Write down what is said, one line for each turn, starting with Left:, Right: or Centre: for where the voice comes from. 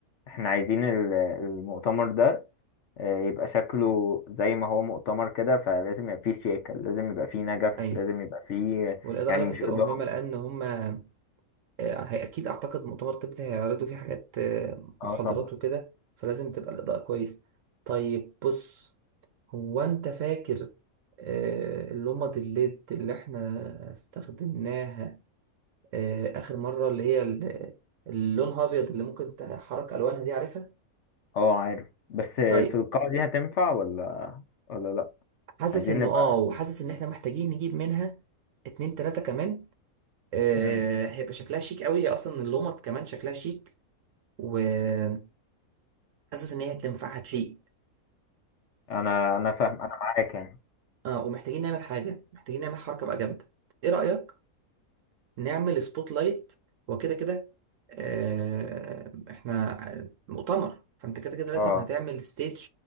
Left: احنا عايزين ال- المؤتمر ده آه، يبقى شكله زي ما هو مؤتمر كده فلازم يبقى فيه شياكة لازم يبقى فيه نجف
Right: ايوه
Left: لازم يبقى فيه
Right: والاضاءه
Left: يعني
Right: لازم
Left: مش
Right: تبقى
Left: إضاءة
Right: مهمه لان هما آه، هي اكيد اعتقد مؤتمر طب ده هيعرضوا فيه حاجات آه،
Left: اه
Right: محاضرات
Left: طبعا
Right: وكده فلازم تبقى الاضاءه كويس طيب بص هو انت فاكر آه، اللمض الليد اللي احنا استخدمناها آه، اخر مره اللي هي ال- اللونها ابيض اللي ممكن تحرك الوانها دي عارفها
Left: اه عارف بس آه،
Right: طيب
Left: في القاعة دي هتنفع ولا ولا لأ
Right: حاسس
Left: عايزين
Right: انه
Left: نبقى
Right: اه وحاسس ان احنا محتاجين نجيب منها اتنين تلاته كمان آه،
Left: مم.
Right: هيبقى شكلها شيك قوي هي اصلا اللمض كمان شكلها شيك وحاسس ان هي هتنفع هتليق
Left: أنا أنا فاهم أنا معاك يعني
Right: اه ومحتاجين نعمل حاجة محتاجين نعمل حركة بقى جامدة ايه رأيك نعمل سبوت لايت وكده كده آه احنا مؤتمر فانت كده كده لازم
Left: اه
Right: هتعمل ستيج